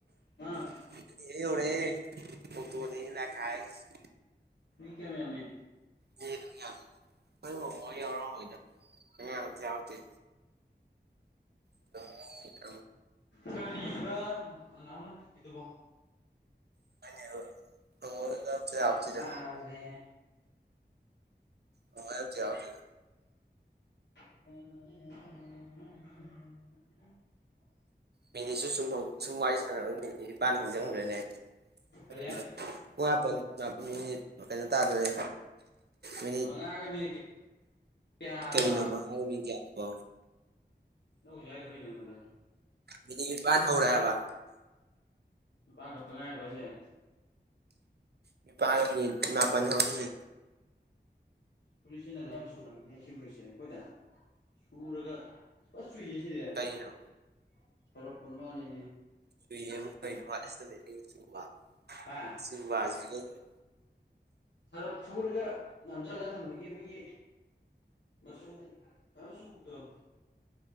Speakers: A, on the left; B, on the right.
A: ꯑꯥ
B: <unintelligible> ꯌꯧꯔꯦ ꯑꯣꯇ‌ꯦꯅ‌ꯦ ꯂꯛꯈꯥꯏꯁ
A: ꯃꯤ ꯀꯌꯥꯝ ꯌꯥꯝꯃ‌ꯦ
B: <unintelligible> ꯈ‌ꯣꯏ ꯃꯥꯃ‌ꯣ ꯍ‌ꯣꯏ ꯌꯥꯎꯔꯑꯝꯃ‌ꯣꯏꯗ ꯑꯉꯥꯡ ꯑꯝꯇ ꯌꯧꯔꯛꯇ‌ꯦ <unintelligible>
A: ꯀꯔꯤꯕ ꯅꯅꯥꯎ ꯅꯪ ꯍꯧꯖꯤꯛꯀꯤꯗꯨꯕꯣ
B: <unintelligible>
A: ꯆꯥꯛ
B: ꯌꯥꯎꯔꯛꯇꯦꯗ
A: ꯂꯥꯝꯃ‌ꯦ
B: <unintelligible> ꯑꯝꯗ ꯌꯧꯔꯛꯇ‌ꯦ
A: <unintelligible>
B: ꯃꯤꯅꯤꯠꯁꯨ ꯁꯨꯝ ꯁꯨꯝ ꯋꯥꯔꯤ ꯁꯥꯟꯅꯔꯣꯏ ꯃꯤꯅꯤꯠ ꯅꯤꯄꯥꯟ ꯍꯧꯖꯤꯟꯈ꯭ꯔ‌ꯦꯅꯦ
A: ꯀꯔꯤ
B: <unintelligible>
A: ꯍꯥꯏꯅꯣ
B: ꯃꯉꯥꯇꯪ ꯑꯥ <unintelligible> ꯃꯤꯅꯤꯠ ꯀꯩꯅꯣ ꯇꯥꯗꯣꯔꯦ ꯃꯤꯅꯤꯠ
A: ꯃꯉꯥꯒ ꯃꯤꯅꯤꯠ ꯀꯌꯥꯕ
B: ꯀꯩꯅꯣ ꯃꯉꯥ ꯃꯤꯅꯤꯠ ꯀꯌꯥꯅ‌ꯣ
A: ꯅꯧ ꯍꯧꯖꯤꯛ ꯍꯥꯏꯗ‌ꯣ ꯀꯩꯩꯅ‌ꯣ ꯑꯩꯉꯣꯟꯗ
B: ꯃꯤꯅꯤ ꯅꯤꯄꯥꯟ ꯍꯧꯔ‌ꯦ ꯍꯥꯏꯕ
A: ꯅꯤꯄꯥꯟ ꯈꯇ ꯉꯥꯏꯔꯤꯕ‌ꯣ ꯖ‌ꯦ
B: ꯅꯤꯄꯥꯟꯒ ꯃꯤꯅꯤꯠ ꯃꯄꯥꯟ ꯍꯧꯖꯤꯜꯂꯤ
A: ꯐꯨꯔꯤꯠꯁꯤꯅ ꯂꯝ ꯁꯨꯔꯝꯅꯤꯅ‌ꯦ ꯁꯤ ꯐꯨꯔꯤꯠꯁꯦ ꯑꯩꯈꯣꯏꯗ ꯁꯨꯔꯒ ꯐꯅ ꯆꯨꯏꯌꯦ ꯁꯤꯗꯤ
B: ꯀꯩꯅꯣ
A: <unintelligible> ꯑꯣꯔꯃꯥꯥꯜꯂ‌ꯦꯅꯦ
B: ꯆꯨꯏꯌ‌ꯦꯕꯨ ꯀꯩꯅ‌ꯣ ꯋꯥꯠ ꯏꯁ ꯗꯥ ꯃꯤꯅꯤꯡ ꯑꯣꯐ
A: ꯍꯥ
B: ꯆꯨꯕꯥ ꯍꯥꯏꯁꯤ ꯀꯩꯅ‌ꯣ
A: ꯁꯔꯞ ꯁꯨꯔꯒ ꯅꯝꯁꯜꯂ ꯊꯝꯕꯒꯤ ꯑꯩꯈꯣꯏꯒꯤ ꯃꯆꯨ ꯈꯔ ꯆꯨꯕꯗꫭ